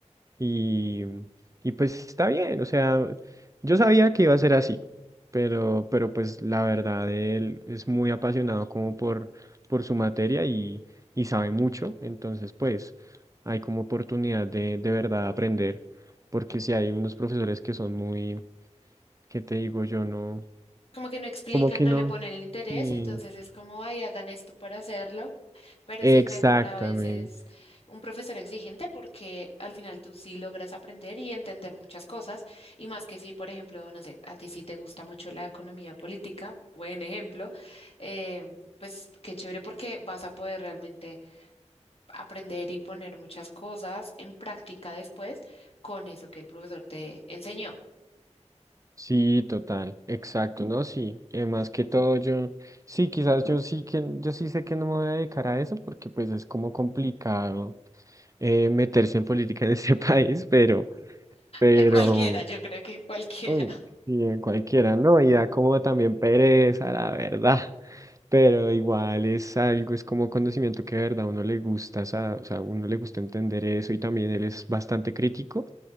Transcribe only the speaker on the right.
Y, y pues está bien, o sea, yo sabía que iba a ser así, pero, pero pues la verdad, él es muy apasionado como por, por su materia y, y sabe mucho, entonces pues hay como oportunidad de, de verdad aprender, porque si hay unos profesores que son muy, ¿qué te digo? Yo no,
como que
no.
Sí,
exactamente.
Sí, total, exacto, ¿no? Sí, eh, más que todo yo, sí, quizás yo sí que, yo sí sé que no me voy a dedicar a eso porque pues es como complicado eh, meterse en política en este <laughs> país, pero, pero,
uy, sí, en cualquiera, ¿no? Y da como también pereza, la
verdad, pero igual es algo, es como conocimiento que de verdad a uno le gusta, sa- o sea, a uno le gusta entender eso y también él es bastante crítico